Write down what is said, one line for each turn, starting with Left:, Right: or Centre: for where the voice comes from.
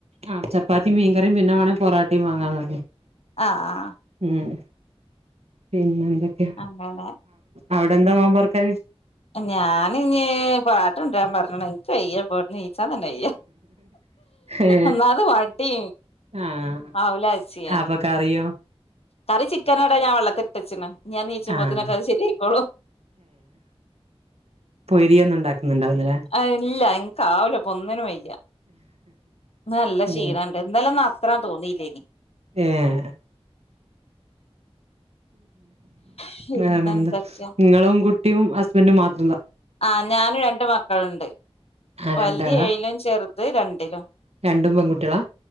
Right: ആഹ് ചപ്പാത്തി മീൻ കറി പിന്നെ വേണ പൊറാട്ടേ വാങ്ങാ പറഞ്ഞു
Left: ആഹ് ആഹ്
Right: ഉം പിന്നെ എന്തൊക്കെയാ
Left: അങ്ങനെ
Right: അവിടെ എന്താ നോബർക്കാന്
Left: ഞാന് ഇഞ്ഞ് പൊറാട്ട കൊണ്ടുവരാൻ പറയണം എനിക്ക് കയ്യ ഇവിടുന്ന് നീക്കാൻ ച്ചതന്നെയ്യ
Right: ഏ
Left: ഒന്നാത് വാട്ടി
Right: ആഹ്
Left: അവൂലാച്ചി
Right: ആപ്പൊക്കെ കറിയോ
Left: കറി ചിക്കൻ എടാ ഞാൻ വെള്ളത്തിട്ടച്ചിണ് ഞാൻ നീച്ചുമ്പത്തിനൊക്കെ
Right: ആഹ്
Left: അത് ശെരി ആയിക്കോളും
Right: <unintelligible> ഉണ്ടാക്കുന്നുണ്ടാകുല അല്ലെ
Left: ആഹ് ഇല്ല എനിക് ആവൂല ഇപ്പൊ ഒന്നിനും വയ്യ ഇന്ന് നല്ല ക്ഷീണണ്ട്
Right: ഏ
Left: ഇന്നലെ ഒന്നും അത്ര തോന്നിയില്ലേനി
Right: ഏഹ്
Left: പിന്നെ
Right: വേറെ എന്താ
Left: എന്തൊക്കെയാ
Right: നിങ്ങളും കുട്ടിയും ഹസ്ബൻഡും മാത്രള്ളോ
Left: ആഹ് ഞാനും രണ്ട് മക്കളുണ്ട്
Right: ആ
Left: വലുത്
Right: രണ്ടാളാ
Left: ഏഴിലും ചെറുത് രണ്ടിലും
Right: രണ്ടും പെൺകുട്ടികളാ